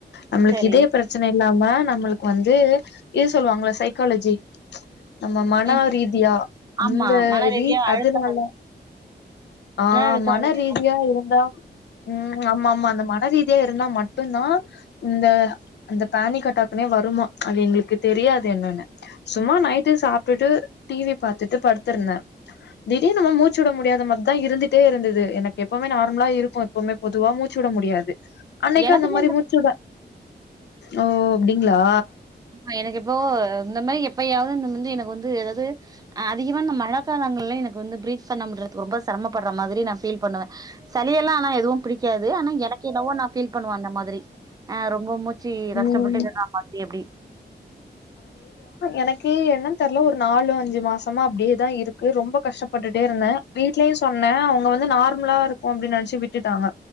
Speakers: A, on the left; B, on the right.
A: நம்மளுக்கு
B: சரி
A: இதே பிரச்சனை இல்லாம நம்மளுக்கு வந்து இது சொல்லுவாங்கள சைக்காலஜி நம்ம மன
B: ம்
A: ரீதியா அந்த
B: ஆமா மன ரீதியா
A: ரீ
B: அழுத்தம்
A: அதனால
B: அதிக
A: ஆஹ்
B: அழுத்தம்
A: மன
B: அதிகமா
A: ரீதியா இருந்தா உம் ஆமா ஆமா அந்த மன மனரீதியா இருந்தா மட்டும்தான் இந்த அந்த பேனிக் அட்டாக்னே வருமா அது எங்களுக்கு தெரியாது என்னன்னு சும்மா நைட் விட்டு சாப்பிட்டுட்டு டிவி பார்த்துட்டு படுத்திருந்தேன் திடீர் நம்ம மூச்சு விட முடியாத மிரி தான் இருந்துட்டே இருந்தது எனக்கு எப்பவுமே நார்மலா இருக்கும் எப்பவுமே பொதுவா மூச்சு விட முடியாது அன்னைக்கு
B: எனக்குமே
A: அந்த மாரி மூச்சுட ஓ அப்டிங்களா
B: ஆமா எனக்கு எப்போ இந்த மாதிரி எப்பயாவது இந்த வந்து எனக்கு வந்து ஏதாவது அதிகமா இந்த மழை காலங்கள்ல எனக்கு வந்து பிரீத் பண்ண முடியாது ரொம்ப சிரமப்படுற மாதிரி நான் பீல் பண்ணுவேன் சளியெல்லாம் ஆனா எதுவும் பிடிக்காது ஆனா எனக்கு என்னவோ நான் ஃபீல் பண்ணுவன் அந்த மாதிரி ஆ் ரொம்ப மூச்சு
A: ம்
B: கஷ்டப்பட்டு மாரி எப்படி
A: எனக்கு என்னன்னு தெரல ஒரு நாலு அஞ்சு மாசமா அப்படியேதான் இருக்கு ரொம்ப கஷ்டப்பட்டுட்டே இருந்தேன் வீட்லயும் சொன்னேன் அவங்க வந்து நார்மலா இருக்கும் அப்படின்னு நினைச்சு விட்டுட்டாங்க